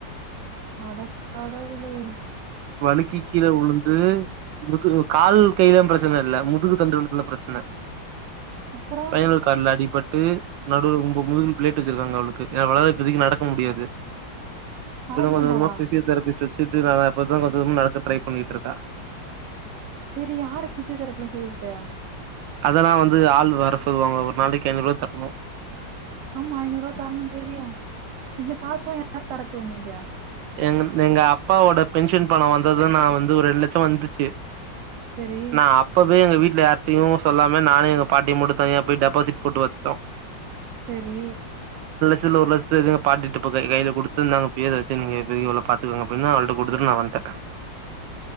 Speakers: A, on the right; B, on the right.
A: அடக்கடவுளே
B: வழுக்கி கீழ வுழுந்து முதுகு கால் கையிலாம் பிரச்சனை இல்ல முதுகு தண்டுகளுக்குள்ள பிரச்சனை
A: அப்புறம்
B: ஸ்பைனல் காட்ல அடிப்பட் டு நடுவுல முதுகுல பிளேட் வச்சிருக்காங்க அவளுக்கு அவளால இப்பதிக்கு நடக்க முடியாது இப்பதா
A: நடக்க
B: கொஞ்ச
A: மாட்டாளா?
B: கொஞ்சமா பிசியோதெரபிஸ் ரெஸ்ட் எடுத்துக்கலாம்ல இப்பதான் கொஞ்சம் கொஞ்சமா நடக்க ட்ரை பண்ணிட்டு இருக்கே
A: செரி யாரு ஃபிசியோதெரபிலா செய்யற்து
B: அதல்லா வந்து ஆள் வர சொல்லுவாங்க ஒரு நாளக்கி ஐநூறுவா தர்ணு
A: ஆமா ஐநூறுவா தர்ணு தெரியு இந்த காசுல்லா யார் தர்றது உங்ளுக்கு
B: எங்கன் எங்க அப்பாவோட பென்ஷன் பணொ வந்தது நா வந்து ஒரு ரெண்டு லட்சோ வந்துச்சு
A: சரி,
B: நா அப்பவே எங்க வீட் ல யார்ட்டையு சொல்லாம நானு எங்க பாட்டியு மட்டு தனியா போய் டெபாசிட் போட்டு வச்ட்டோ
A: செரி
B: த்ல ஒரு லட்சத்த எங்க பாட்டிட்ட ப கை கைல குடுத்து இந்தாங்க போய் இத வச்சி நீங்க இப்போதிக்கி இவள பாத்துக்கோங்க அப்டின்னா அவள்ட்ட குடுத்துட்டு நா வன்ட்ட